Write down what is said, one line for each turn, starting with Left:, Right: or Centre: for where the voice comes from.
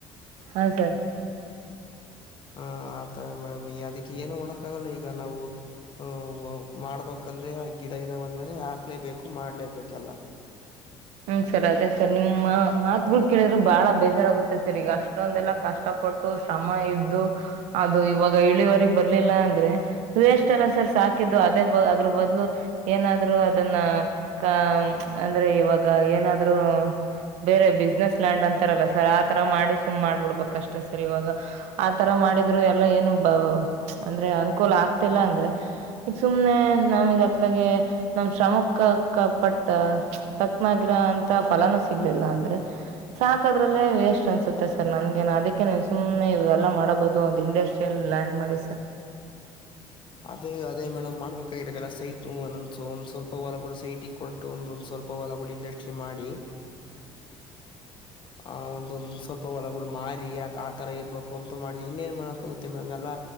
Right: ಹಾ ಸರ್.
Left: ಹಾ ಆತರ ಮೇಡಮ್ ಈ ಅದಕ್ಕೆ ಏನು ಮಾಡಕ್ಕ ಆಗಲ್ಲ ಈಗ ನಾವು. ಹ ಹ ಮಾಡ್ಬೇಕಂದ್ರೆ ಆ ಗಿಡ ಇದ್ದಾವ ಅಂದ್ಮೇಲೆ ಹಾಕ್ಲೇಬೇಕು ಮಾಡ್ಲೇಬೇಕ ಎಲ್ಲ.
Right: ಹ್ಮ್ ಸರ್ ಅದೇ ಸರ್ ನಿಮ್ ಮಾತ್ಗಳು ಕೇಳಿದ್ರು ಬಾಳ ಬೇಜಾರಾಗುತ್ತೆ ಸರ್ ಈಗ ಅಷ್ಟೊಂದೆಲ್ಲಾ ಕಷ್ಟ ಪಡ್. ಶ್ರಮ ಇದ್ದು ಅದು ಇವಾಗ ಇಳವರೆ ಬರ್ಲಿಲ್ಲ ಅಂದ್ರೆ. ವೆಸ್ಟ್ ಅಲ್ಲಾ ಸರ್ ಸಾಕಿದ್ದು ಅದೇ ಅದ್ರ ಬದಲು. ಏನಾದ್ರರು ಅದನ್ನ ಕ ಅಂದ್ರೆ ಇವಾಗ ಏನಾದ್ರು. ಬೇರೆ ಬಿಸ್ನೆಸ್ ಲ್ಯಾಂಡ್ ಅಂತಾರಲ್ಲ ಸರ್ ಆತರ ಮಾಡಿ ಸುಮ್ ಮಾಡ್ಬಿಡ್ಬಕ್ ಅಷ್ಟ ಸರ್ ಇವಾಗ. ಆತರ ಮಾಡಿದ್ರು ಎಲ್ಲಾ ಏನು ಬ ಅಂದ್ರೆ ಅನುಕೂಲ ಆಗ್ತಿಲ್ಲ ಅಂದ್ರೆ. ಈಗ ಸುಮ್ನೆ ನಮೀಗ ಅತ್ಲಗೆ ನಮ ಶ್ರಮಕ್ಕಕ್ಕ ಪಟ್ಟ. ತಕ್ನಾಗಿರ ಅಂತ ಫಲಾನೂ ಸಿಗ್ಲಿಲ್ಲ ಅಂದ್ರೆ. ಸಾಕ ಅದ್ರಲ್ಲೇ ವೇಸ್ಟ್ ಅನ್ಸುತ್ತೆ ಸರ್ ನನ್ಗೇ ಅದಕ್ಕೆ ನೀವು ಸುಮ್ಮನೆ ಇದೆಲ್ಲ ಮಾಡಬಹುದು ಒಂದು ಇಂಡಸ್ಟ್ರಿ. ಲ್ ಲ್ಯಾಂಡ್ ಮಾಡಿ ಸರ್.
Left: ಅದೇ ಅದೇ ಮೇಡಮ್ ಮಾಡ್ಬೇಕಾಗಿರತ್ತದಲ್ಲ ಸೈಟ್ ಒಂದೊಂದ ಒಂದ್ ಸ್ವಲ್ಪ ಹೊ ಹೊಲಗಳು ಸೈಟಿಗೆ ಕೊ. ಒಂದೊಂದು ಸ್ವಲ್ಪ ಹೊಲಗಳು ಇಂಡಸ್ಟ್ರಿ ಮಾಡಿ. ಆ ಒಂದೊಂದು ಸ್ವಲ್ಪ ಹೊಳಗಳು ಮಾರಿ ಆ ಥರ ಇರಬೇಕು ಅಂತ ಮಾಡು ಇನ್ನೇನು ಮಾಡೋಕ್ಕಾಗುತ್ತೆ ಮೇಡಮ್ ಎಲ್ಲ.